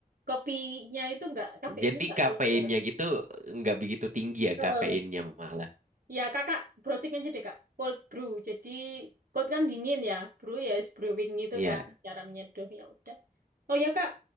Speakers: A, on the right; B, on the right.
A: kopinya itu nggak kafeinnya
B: Jadi
A: nggak
B: kafeinnya
A: keluar
B: gitu nggak begitu tinggi ya
A: keluar.
B: kafeinnya malah.
A: Ya, kakak browsing aja deh, Kak. Cold brew. Jadi, cold kan dingin ya. Brew ya, is brewing itu
B: Iya,
A: kan. Cara menyeduh, ya udah. Oh ya, Kak.